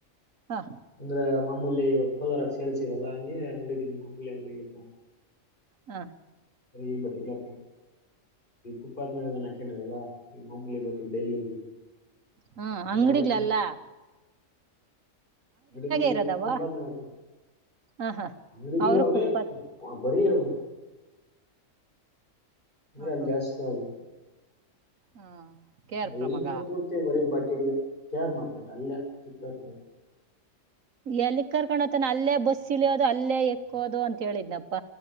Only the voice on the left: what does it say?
ಅಂದ್ರ ಮಾಮೂಲಿ ಇವಾಗ ಪಲರಕ್ ಸೇಳ್ಸಿರಲ್ಲ ಹಗೆ ಅಂಗಡಿ ಮಾಮ್ಮೂಲಿ ಅಂಗಿಗೆ ಇತ
ಸ ಈ ಬಟ್ಟ ಕಲಾ ಉಪಾತ್ಮ ಹಾಕಲ್ಲಮ್ಮೂಲಿ ಬ ಡೈಲಿ
ಅಂತಾವೆಲ್ಲ
ಮಡುಿಕಲಲ್ಲ
ಫುಟ್ಪಾತ್ ನ
ಆಂಗಡಿಲ
ಹ
ಭರಿ ಹ ಅಂದ್ರೆ
ಅಲ್ಲಿ
ಜಾಸ್ತಿ ಆದು
ಹಾ
ಹೆಂಗ್ರೆ ಪೂರ್ತ ಬರೀ ಬಟ್ಟೆಗ್ ಶೇರ್ ಮಾರ್ಕೆಟ್ ಅಲ್ಲ ಚಿಕ್ಕರ್ಗ <inaudible>